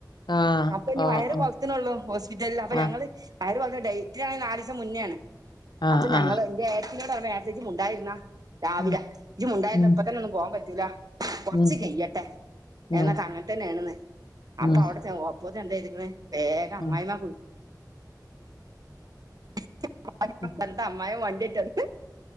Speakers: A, on the left (about 80°); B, on the right (about 60°).
A: ആ.
B: അപ്പഞ്ഞി
A: ഓ.
B: വയറ്
A: ഓ.
B: കൊൾത്ത്നൊള്ളു ഹോസ്പിറ്റലില് അപ്പ
A: ആ.
B: ഞങ്ങള് അവര് പറഞ്ഞ ഡേറ്റ്നാണെങ്കി നാലീസം മുന്നേണ്
A: ആ.
B: അപ്പ ഞങ്ങള്
A: ആ.
B: ന്റെ ഏട്ത്തിനോട് പർഞ്ഞു ഏട്ത്യേ ജ്ജ്‌ മുണ്ടാതിര്ന്നാ രാവിലെ
A: ഉം.
B: ജ്ജ്‌ മുണ്ടാതിര്ന്നാ
A: ഉം.
B: പ്പതെന്നൊന്നും പോവാം പറ്റൂല കൊറച്ച്
A: ഉം.
B: കയ്യട്ടേ
A: ഉം.
B: എന്നൊക്കെ അങ്ങൻതന്നേണ്ന്
A: ഉം.
B: അപ്പ അവടെ ചെന്നപ്പോ ഒപ്പോത്തിന് എന്താ ചെയ്ത്ക്ക്‌ണെ വേഗം അമ്മായിമാക്ക്‌
A: ഉം.
B: വ്ളി <unintelligible>
A: ഉം.
B: അമ്മായ്മ വണ്ടിയേറ്റ് വന്ന്ക്ക്‌ണ്